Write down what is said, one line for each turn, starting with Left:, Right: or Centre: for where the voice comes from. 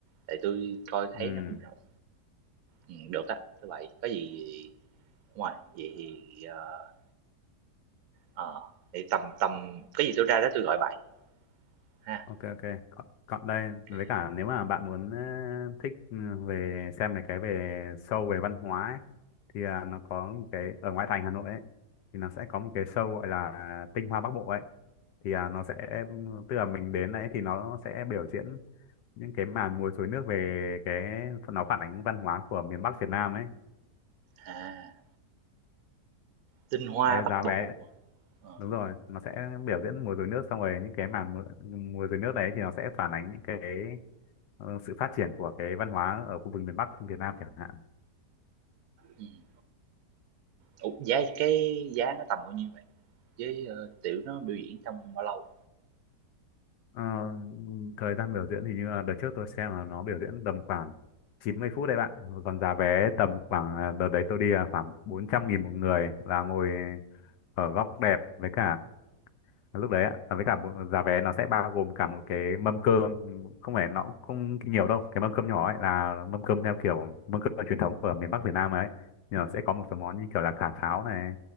Right: Tại tôi coi thấy
Left: Ừ.
Right: nó cũng rộng. Ừm, được á, thứ Bảy, có gì ngoài vậy thì, ờ, ờ, vậy tầm tầm cái gì tôi ra đó tôi gọi bạn ha.
Left: ok ok còn, còn đây
Right: OK.
Left: với cả nếu mà bạn muốn ờ, thích ừ, về xem mấy cái về show về văn hóa ấy, thì à, nó có một cái ở ngoại thành Hà Nội ấy thì nó sẽ có một cái show gọi là Tinh Hoa Bắc Bộ ấy thì à, nó sẽ tức là mình đến đấy thì nó sẽ biểu diễn những cái màn múa rối nước về cái nó phản ánh văn hóa của miền Bắc Việt Nam ấy
Right: À, tinh hoa
Left: đây
Right: Bắc
Left: giá
Right: Bộ,
Left: vé
Right: ờ,
Left: đúng rồi nó sẽ biểu diễn múa rối nước xong rồi những cái màn múa, múa rối nước đấy thì nó sẽ phản ánh những cái ờ, sự phát triển của cái văn hóa ở khu vực miền Bắc Việt Nam chẳng hạn
Right: ừm. Ủa, giá cái giá nó tầm bao nhiêu vậy? Với, ơ, tiểu nó biểu diễn trong bao lâu?
Left: Ờ, thời gian biểu diễn thì như là đợt trước tôi xem là nó biểu diễn tầm khoảng 90 phút đấy bạn còn giá vé tầm khoảng à, đợt đấy tôi đi là khoảng bốn trăm nghìn một người là ngồi ở góc đẹp với cả À, lúc đấy ạ à, với cả một giá vé nó sẽ bao gồm cả một cái mâm cơm Ừ, không phải nó cũng không nhiều đâu cái mâm cơm nhỏ ấy là mâm cơm theo kiểu mâm cơm truyền thống của miền Bắc Việt Nam ấy nhưng mà sẽ có một số món như kiểu là cà pháo này